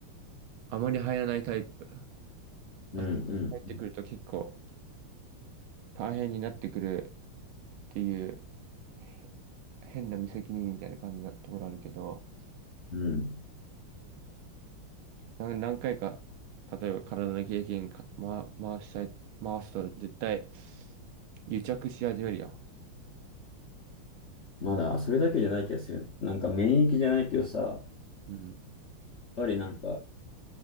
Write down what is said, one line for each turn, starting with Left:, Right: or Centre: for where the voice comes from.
Right: あまり入らないタイプ。
Left: うんうん
Right: あ入ってくると結構大変になってくるっていう、へ変な無責任みたいな感じなところあるけど、
Left: うん。
Right: な何回か、例えば体の経験か、ま、回したい、回すと絶対癒着し始めるよ。
Left: まだ、それだけじゃない気がするよね。なんか免疫じゃないけどさ、やっ
Right: うん。
Left: ぱりなんか、